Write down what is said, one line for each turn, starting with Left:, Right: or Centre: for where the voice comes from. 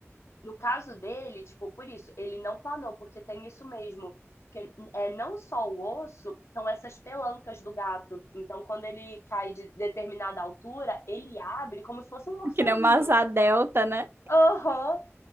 Left: no caso dele, tipo, por isso, ele não planou, porque tem isso mesmo. Que é não só o osso, são essas pelancas do gato. Então, quando ele cai de determinada altura, ele abre como se fosse um morceguinho.
Right: Que nem uma asa delta, né?
Left: Aham.